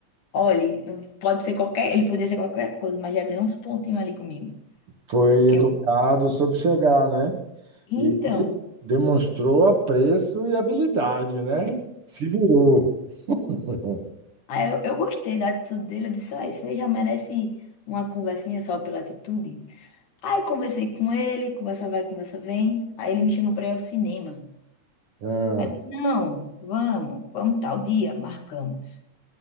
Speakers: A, on the left; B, on the right.
A: Olha, não- pode ser qualquer, ele podia ser qualquer coisa, mas já ganhou uns pontinhos ali comigo.
B: foi
A: Que
B: educado,
A: eu,
B: soube chegar, né?
A: então,
B: E demonstrou apreço e habilidade, né? Se virou. <laughs>
A: Aí eu, eu gostei da atitude dele, eu disse, ó, isso aí já merece uma conversinha só pela atitude. Aí conversei com ele, conversa vai, conversa vem. Aí ele me chamou pra ir ao cinema.
B: Ah,
A: Aí eu disse, não, vamos, vamos tal dia, marcamos.